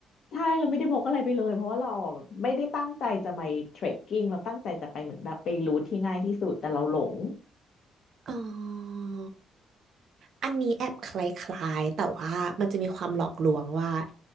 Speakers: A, on the left; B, on the right.
A: ใช่เราไม่ได้พกอะไรไปเลยเพราะว่าเราอ่ะแบบไม่ได้ตั้งใจจะไปเทรคกิ้งเราตั้งใจจะไปเหมือนแบบไปรูทที่ง่ายที่สุดแต่เราหลง
B: อ๋ออันนี้แอบคล้ายๆแต่ว่ามันจะมีความหลอกลวงว่า